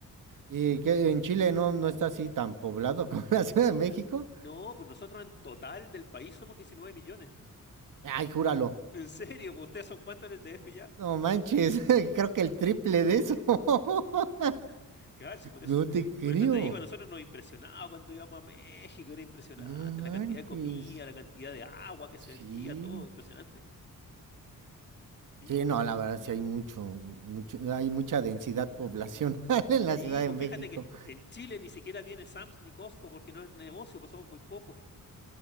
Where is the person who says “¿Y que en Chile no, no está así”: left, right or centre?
Right